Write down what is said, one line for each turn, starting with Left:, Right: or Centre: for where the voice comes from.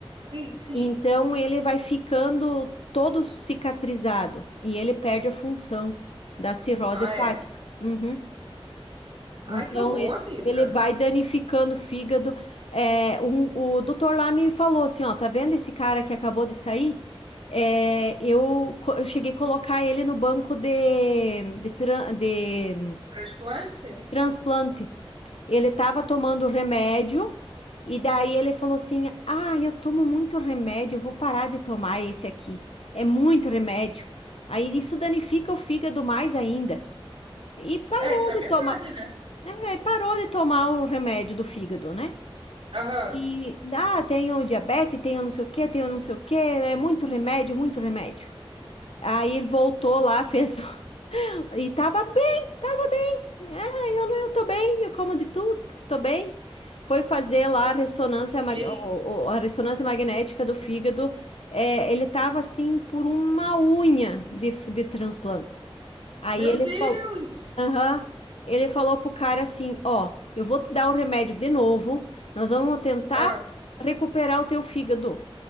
Right: Sim, sim.
Left: Então, ele vai ficando todo cicatrizado e ele perde a função da cirrose
Right: Ah,
Left: hepática.
Right: é?
Left: Uhum. Então,
Right: Ai, que horror,
Left: e-
Right: amiga.
Left: ele vai danificando o fígado. É, um- o doutor lá me falou assim, ó, tá vendo esse cara que acabou de sair? É, eu, co- eu cheguei a colocar ele no banco de, de, tran- de
Right: Transplante?
Left: transplante. Ele estava tomando remédio e daí ele falou assim: Ah, eu tomo muito remédio, eu vou parar de tomar esse aqui. É muito remédio. Aí isso danifica o fígado mais ainda. E parou
Right: É, isso é
Left: de
Right: verdade,
Left: tomar,
Right: né?
Left: né? Parou de tomar o remédio do fígado, né?
Right: Aham.
Left: E ah, tenho diabetes, tenho não sei o que, tenho não sei o que, é muito remédio, muito remédio. Aí ele voltou lá, fez <laughs> e tava bem, tava Ah, eu não, eu tô bem, eu como de tudo, tô bem. Foi fazer lá a ressonância, mag-
Right: E aí?
Left: o- o- a ressonância magnética do fígado. é, ele tava assim por uma unha de, f- de transplante. Aí
Right: Meu
Left: ele
Right: Deus!
Left: falou, aham, ele falou pro cara assim, ó, eu vou te dar o remédio de novo, nós vamos tentar
Right: Ah,
Left: recuperar o teu fígado,